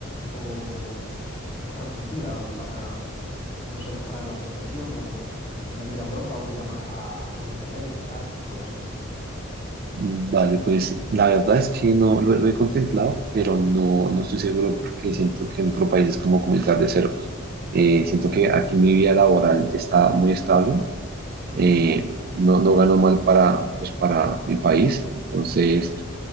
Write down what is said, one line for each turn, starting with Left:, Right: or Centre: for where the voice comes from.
Left: o otra cultura para, no sé, mejorar la situación o venir a Europa o ir a, Ma- a Norteamérica? No lo sé.
Right: Vale, pues la verdad es que no lo, lo he contemplado, pero no, no estoy seguro porque siento que en otro país es como comenzar de cero. Eh, siento que aquí mi vida laboral está muy estable,
Left: Ujú.
Right: eh, no, no gano mal para, pues, para mi país, entonces